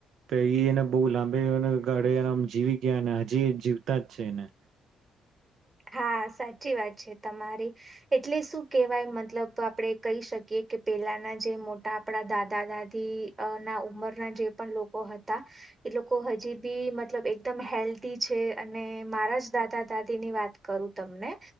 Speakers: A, on the right; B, on the right.
A: પ એ એને બહુ લાંબે ગાળે એનામ જીવી ગયા ને હજી જીવતા જ છે એને
B: હા સાચી વાત છે, તમારી એટલે શું કેહેવાય મતલબ આપણેે કહી શકીએ કે પેલાના જે મોટા આપણા દાદા દાદી ના ઉંમરના જે પણ લોકો હતા એ લોકો હજી બી મતલબ એકદમ હેલ્ધી છે અને મારા જ દાદા દાદી ની વાત કરું તમને